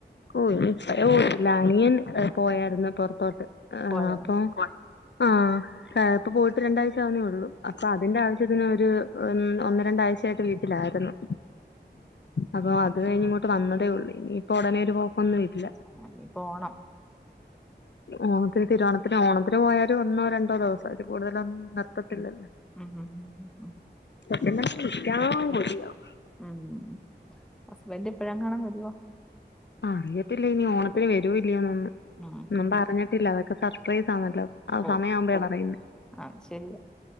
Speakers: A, on the left; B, in the centre.
A: ഓഹ് <unintelligible> അനിയൻ പോയാരുന്നു പുറത്തോട്ട്
B: പോയോ
A: അപ്പം ആഹ് ഇപ്പ പോയിട്ട് രണ്ടാഴ്ചവുന്നേ ഉള്ളൂ അപ്പോ അതിന്റെ ആവശ്യ ന് ഒരു ഒന്ന് രണ്ടാഴ്ച്ചയായിട്ട് വീട്ടിലായിരുന്നു അപ്പോ അത് കഴിഞ്ഞ് ഇങ്ങോട്ട് വന്നതേ ഉള്ളൂ ഇനിയിപ്പൊ ഉടനെ ഒരു പോക്കൊന്നും ഇല്ല
B: ആഹ് ഇനി ഓണം
A: ഓണത്തിന് തിരുവോണത്തിന് ഓണത്തിന് പോയ ഒരു ഒന്നോ രണ്ടോ ദിവസം അതിൽ കൂടുതലൊന്നും നിർത്തത്തില്ലല്ലോ
B: ഉം ഉം ഉം ഉം ഉം
A: പെട്ടന്നൊന്ന് വിളിക്കാൻ കൊതിയാകും
B: ഉം ഹസ്ബന്റ് ഇപ്പഴങ്ങാനും വരുവോ
A: ആ അറിയത്തില്ല ഇനി ഓണത്തിന് വരുവോ ഇല്ലെ ഒന്നും.
B: ഉം
A: ഒന്നും
B: ഉം
A: പറഞ്ഞി പില്ല അതൊക്കെ സർപ്രൈസ് ആണല്ലോ ആ
B: ഓ
A: സമയ ആവുമ്പോ പറയുന്നെ
B: അത് ശരിയാ